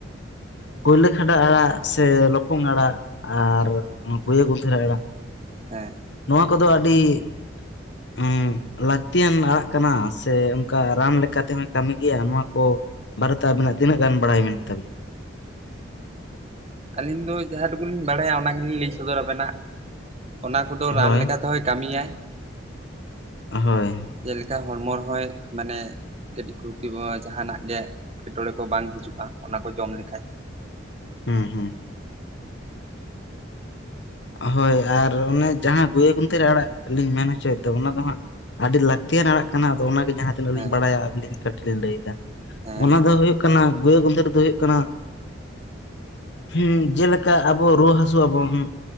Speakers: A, on the left; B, on the right.
A: ᱠᱚᱭᱞᱟᱹ ᱠᱷᱟᱰᱟ ᱟᱲᱟᱜ ᱥᱮ ᱞᱚᱯᱚᱝ ᱟᱲᱟᱜ ᱟᱨ ᱜᱩᱭᱟᱹ ᱜᱩᱸᱫᱷᱟ. ᱨᱤ ᱟᱲᱟᱜ᱾
B: ᱮᱸ᱾
A: ᱱᱚᱣᱟ ᱠᱚᱫᱚ ᱟᱰᱤ ᱩᱸ ᱞᱟᱠᱛᱤᱭᱟᱱ ᱟᱲᱟᱜ ᱠᱟᱱᱟ ᱥᱮ ᱚᱝᱠᱟ ᱨᱟᱱ ᱞᱮᱠᱟ ᱛᱮᱦᱚᱸᱭ ᱠᱟᱢᱤ ᱜᱮᱭᱟ᱾ ᱱᱚᱣᱟ ᱠᱚ ᱵᱟᱨᱮᱛᱮ ᱟᱵᱤᱱᱟᱜ ᱛᱤᱱᱟᱹᱜ ᱜᱟᱱ ᱵᱟᱲᱟᱭ ᱢᱮᱱᱟᱜ ᱛᱟᱵᱤᱱᱟ?
B: ᱟᱹᱞᱤᱧ ᱫᱚ ᱡᱟᱦᱟᱸ ᱴᱩᱠᱩ ᱞᱤᱧ ᱵᱟᱲᱟᱭᱟ, ᱚᱱᱟ ᱜᱮᱞᱤᱧ ᱞᱟᱹᱭ ᱥᱚᱫᱚᱨᱟᱵᱮᱱᱟ ᱚᱱᱟ ᱠᱚᱫᱚ ᱨᱟᱱ
A: ᱦᱳᱭ
B: ᱞᱮᱠᱟ ᱛᱚᱦᱚᱭ ᱠᱟᱢᱤᱭᱟᱭ᱾
A: ᱦᱳᱭ ᱾
B: ᱡᱮᱞᱮᱠᱟ ᱦᱚᱲᱢᱚ ᱨᱮᱦᱚᱸᱭ ᱢᱟᱱᱮ ᱠᱟᱹᱴᱤᱡ ᱠᱷᱩᱛᱤ ᱵᱚ ᱡᱟᱦᱟᱱᱟᱜ ᱜᱮ ᱮᱴᱠᱮᱴᱚᱬᱮ ᱠᱚ ᱵᱟᱝ ᱦᱤᱡᱩᱜᱼᱟ ᱚᱱᱟ ᱠᱚ ᱡᱚᱢ ᱞᱮᱠᱷᱟᱡ ᱾
A: ᱦᱩᱸ ᱦᱩᱸ ᱾ ᱦᱳᱭ ᱟᱨ ᱚᱱᱮ ᱡᱟᱦᱟᱸ ᱜᱩᱭᱟ. ᱜᱩᱱᱛᱷᱮᱨ ᱟᱲᱟᱜ ᱞᱤᱧ ᱢᱮᱱ ᱦᱚᱪᱚᱭ ᱮᱫᱟ ᱚᱱᱟ ᱫᱚ ᱦᱟᱸᱜ ᱟᱹᱰᱤ ᱞᱟᱹᱠᱛᱤᱭᱟᱱ ᱟᱲᱟᱜ ᱠᱟᱱᱟ ᱟᱫᱚ ᱚᱱᱟᱜᱮ ᱡᱟᱦᱟᱸ ᱛᱤᱱᱟᱹᱜ
B: ᱦᱮᱸ
A: ᱞᱤᱧ ᱵᱟᱲᱟᱭᱟ ᱟᱹᱵᱤᱱ ᱠᱟᱹᱴᱤᱡ ᱞᱤᱧ ᱞᱟᱹᱭ ᱮᱫᱟ <inaudible>
B: ᱦᱮᱸ
A: ᱚᱱᱟ
B: ᱞᱟᱹᱭ
A: ᱫᱚ
B: ᱢᱮ
A: ᱦᱩᱭᱩᱜ ᱠᱟᱱᱟ ᱜᱩᱭᱟ. ᱜᱩᱫᱷᱮᱨ ᱫᱚ ᱦᱩᱭᱩᱜ ᱠᱟᱱᱟ
B: <inaudible>
A: ᱦᱮᱸ ᱡᱮᱞᱮᱠᱟ ᱟᱵᱚ ᱨᱩᱣᱟᱹ ᱦᱟᱹᱥᱩᱜ ᱟᱵᱚᱱ ᱾